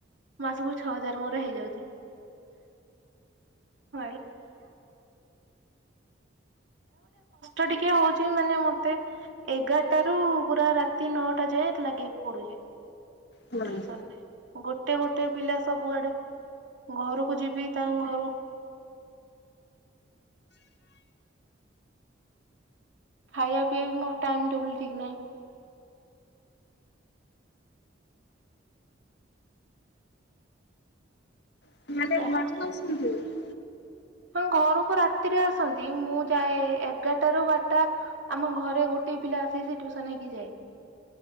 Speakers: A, on the right; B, on the left.
A: ମାସୁକୁ ଛଅ ହଜାର୍ ମୋର ହେଇଯାଉଚି। <inaudible> ଟିକେ ହଉଚି, ମାନେ ମତେ ଏଗାର୍ ଟାରୁ ପୁରା ରାତି ନଅଟା ଯାଏ, ଲାଗି--କୁ ପଡୁଚି।
B: ହଁ ମାନେ
A: ରେ ଗୋଟେ ଗୋଟେ ପିଲା ସବୁଆଡ଼େ। ଘରକୁ ଯିବି, ତା ଘରୁ ଖାଇ, ପିଇବା ବି ମୋର ଟାଇମ୍ ଟେବଲ୍ ଠିକ୍ ନାହିଁ।
B: <inaudible>
A: ଯାହା ଚାଲେ ହଁ! ଘରକୁ ରାତିରେ ଆସନ୍ତି, ମୁଁ ଯାଏ ଏଗାର୍ ଟା ରୁ ବାର୍ଟା। ଆମ ଘରେ ଗୋଟିଏ ପିଲା ସେ ଟୁଉସନ୍‌ ହେଇକି ଯାଏ।